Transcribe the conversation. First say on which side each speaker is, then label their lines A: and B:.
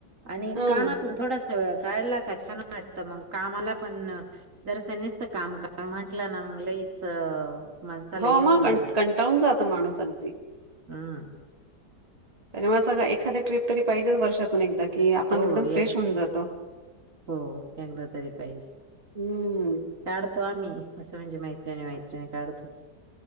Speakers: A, on the right (about 50°); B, on the right (about 20°).
A: आणि
B: हं.
A: कामातून थोडासा वेळ काढला का छान वाटत. तर मग कामाला पण दरसनीच तर काम का म्हटलं ना मग लईच माणसाला
B: हो
A: हे
B: मग
A: होऊन जात.
B: क कंटाळून जात माणूस अगदी.
A: हम्म
B: <inaudible> मग सगळं एखादी ट्ररीप तरी पाहिजेच वर्षातून एकदा. की आपण
A: हो
B: एकदम फ्रेश
A: एक
B: होऊन जातो.
A: हो एकदा तरी पाहिजे.
B: हम्म.
A: काढतो आम्ही. असं म्हणजे मैत्रिणी-मैत्रिणी काढतोच.